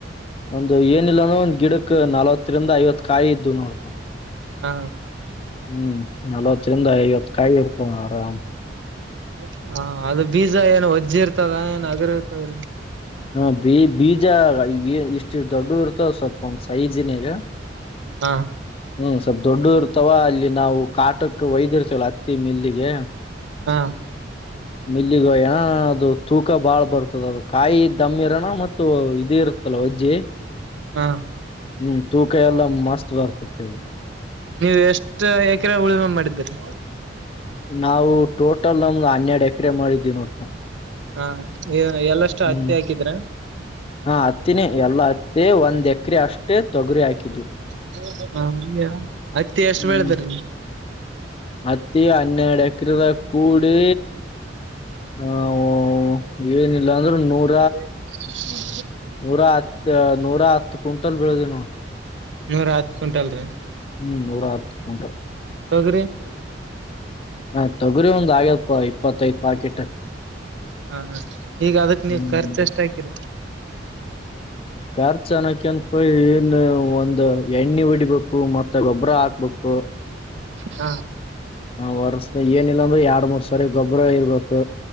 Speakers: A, on the left; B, on the right.
A: ಒಂದು ಏನಿಲ್ಲಾನ ಒಂದ ಗಿಡಕ್ ನಲ್ವತ್ತರಿಂದ ಐವತ್ ಕಾಯಿ ಇದ್ದವ ನೋಡಪಾ
B: ಹಾ
A: ಹ್ಮ್ ನಲ್ವತ್ತರಿಂದ ಐವತ್ ಕಾಯಿ ಇರ್ತವ ಆರಾಮ್
B: <inaudible> ಹ ಅದ ಬೀಜ ಏನ ಒಜ್ಜಿ ಇರ್ತದ ಏನ್ ಅಗ್ರ ಇರ್ತದ್ರೀ
A: ಹಾ ಬಿ ಬೀಜ ಈ ಇಷ್ಟ ದೊಡ್ಡ ಇರ್ತದ ಸ್ವಲ್ಪ ಒಂದ್ ಸೈಜಿನ್ಯಾಗ
B: ಹಾ
A: ಹ್ಮ್ ಸ್ವಲ್ಪ್ ದೊಡ್ಡ ಇರ್ತಾವ ಅಲ್ಲಿ ನಾವು ಕಾಟಕ್ ಒಯ್ದ ಇರ್ತೇವ ಹತ್ತಿ ಮಿಲ್ಲಿಗೆ
B: ಹಾ
A: ಮಿಲ್ಲಿಗೆಯಅಣ್ಣ ಅದು ತೂಕ ಬಾಳ್ ಬರ್ತದ ಅದು ಕಾಯಿ ದಮ್ಮಿ ಇರಣ ಮತ್ತು ಇದಿರ್ ತಲವಜ್ಜೆ
B: ಹಾ
A: ಹ್ಮ್ ತೂಕ ಎಲ್ಲ ಮಸ್ತ ಬರ್ತತಿ ಹೇಳ
B: ನೀವು ಎಷ್ಟ ಎಕರೆ ಉಳಮೆ ಮಾಡಿದ್ದರಿ
A: ನಾವು ಟೋಟಲ್ ನಮ್ದ್ ಹನ್ನೆರಡ ಎಕರೆ ಮಾಡಿದೀವಿ ನೋಟ
B: ಹಾ ಎಲ್ಲಷ್ಟ ಹತ್ತಿ
A: ಹ್ಮ್
B: ಹಾಕಿದ್ರ
A: ಹಾ ಹತ್ತಿನೇ ಎಲ್ಲಾ ಹತ್ತಿ ಒಂದ್ ಎಕ್ರ ಅಷ್ಟೇ ತೊಗರಿ ಹಾಕಿದ್ವಿ
B: <unintelligible> ಹಂಗೆ ಹತ್ತಿ ಎಷ್ಟ
A: ಹ್ಮ್
B: ಬೆಳದ್ರಿ
A: ಹತ್ತಿ ಹನ್ನೆಡ ಎಕರದ ಕೂಡಿ ನಾವು ಏನಿಲ್ಲ ಅಂದ್ರ ನೂರು
B: <unintelligible>
A: ನೂರಾ ಹತ್ ನೂರಾ ಹತ್ತು ಕುಟ್ಟಲ್ ಬೆಳದ ನೋ
B: ನೂರ ಹತ್ ಕುಂಟಲ್ರರಿ
A: ಹ್ಮ್ ನೂರಾ ಹತ್ತ ಕುಟ್ಟಲ್
B: ತೊಗರಿ
A: ಹ ತೊಗುರಿ ಒಂದ್ ಐವತ್ತ ಇಪ್ಪತ್ತೈದ ಪಾಕೆಟ್
B: ಹಾ ಹ ಈಗ ಅದಕ
A: ಹ್ಮ್
B: ನೀವು ಖರ್ಚ ಎಷ್ಟ ಹಾಕಿರ
A: ಖರ್ಚ್ ಅನ್ನಕ ಅನ್ಪಿ ಏನ ಒಂದು ಎಣ್ಣಿ ಹೊಡಿಬೇಕ ಹು ಮತ್ತ ಗೊಬ್ಬರ ಹಾಕ್ಬೇಕ <inaudible>
B: ಹ
A: ಆ ವರ್ಸ ಏನಇಲ್ಲಾಂದ್ರ ಎರಡ್ ಮೂರ್ ಸರಿ ಗೊಬ್ಬರ ಇರ್ಬೇಕು